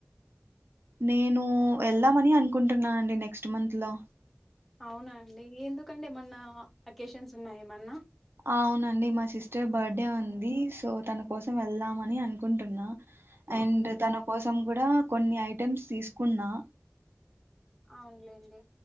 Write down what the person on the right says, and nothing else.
నేను వెళ్దామని అనుకుంటున్నా అండి నెక్స్ట్ మంత్ లో
అవునండి మా సిస్టర్ బర్డే
ఉంది సో తన కోసం వెళ్దామనీ అని అనుకుంటున్నా అండ్
తన కోసం <unintelligible> కొన్ని ఐటెమ్స్ తీసుకున్నా